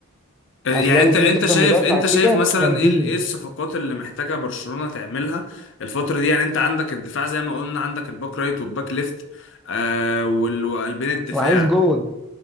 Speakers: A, on the left; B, in the centre.
A: آه،
B: هتلاقي
A: يعني انت
B: فيه
A: انت
B: كذا
A: شايف
B: مدافع
A: انت
B: كده
A: شايف مثلا
B: جامدين
A: ايه ال- ايه الصفقات اللي محتاجه برشلونة تعملها الفترة دي يعني انت عندك الدفاع زي ما قلنا عندك الباك رايت والباك ليفت آه وال- وقلبين الدفاع
B: وعايز جون